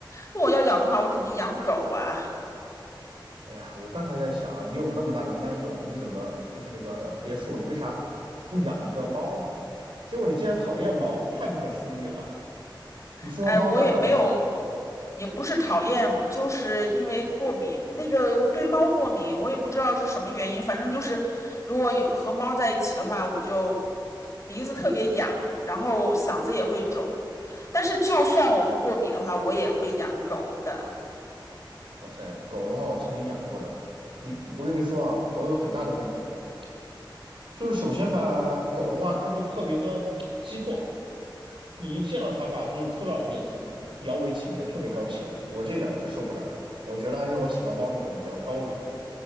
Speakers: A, on the left (about 35°); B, on the right (about 85°).
A: 如果要养的话，我肯定养狗啊。
B: 哎呀，我刚才在想，你有那么大的麦种，你怎么就是那个别墅，你为啥不养一个猫呢？结果你竟然讨厌猫，太不可思议了！<laughs> 你说说猫哪儿讨厌了？
A: 哎，我也没有，也不是讨厌，就是因为过敏。那个我对猫过敏，我也不知道是什么原因，反正就是如果有和猫在一起的话，我就鼻子特别痒，然后嗓子也会肿。但是就算我不过敏的话，我也会养狗的。
B: 哇塞，狗的话我曾经养过了，你我跟你说啊，狗有很大的问题了。就是首先吧，狗的话，它就特别的激动，你一见到它吧，它就扑到你面前，摇尾乞怜，特别高兴。我这点我是受不了的，我觉得还是我喜欢猫那种比较高冷，